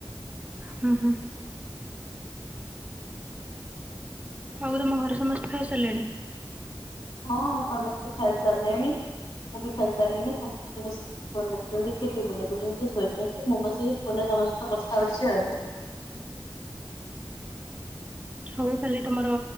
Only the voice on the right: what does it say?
ହୁଁ ହୁଁ ହଉ ତମ ଘରେ ସମସ୍ତେ ଖାଇସାରିଲେଣି?
ହଉ ଖାଲି ତମର